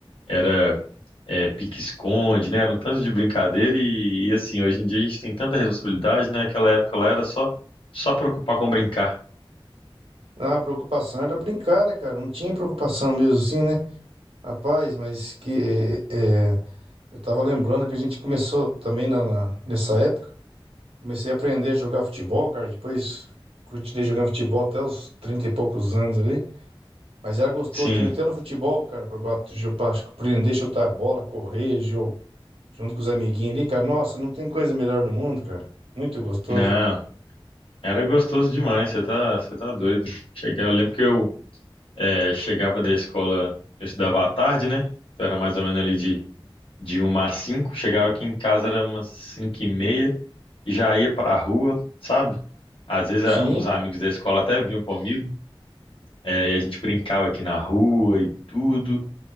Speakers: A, on the left (about 70°); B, on the right (about 90°).
A: era é, pique-esconde, né? Era um tanto de brincadeira e, e, assim, hoje em dia a gente tem tanta responsabilidade, né? Aquela época lá era só, só preocupar com brincar.
B: Ah, a preocupação era brincar, né, cara? Não tinha preocupação mesmo assim, né? Rapaz, mas que é, é, eu tava lembrando que a gente começou também na, na- nessa época. Comecei a aprender a jogar futebol, cara. Depois continuei jogando futebol até os 30 e poucos anos ali. Mas era gostoso
A: Sim,
B: também, até no futebol, cara, pra bater, jo- ba- aprender a chutar a bola, correr, jogo, junto com os amiguinhos ali, cara. Nossa, não tem coisa melhor no mundo, cara. Muito gostoso.
A: não, era gostoso demais, você tá, você tá doido. Cheguei, eu lembro que eu É, chegava da escola, eu estudava à tarde, né? Então era mais ou menos ali de, de uma às cinco. Chegava aqui em casa, era umas cinco e meia, e já ia pra rua, sabe? Às vezes
B: Sim,
A: ah, uns amigos da escola até vinham comigo, é, e a gente brincava aqui na rua e tudo.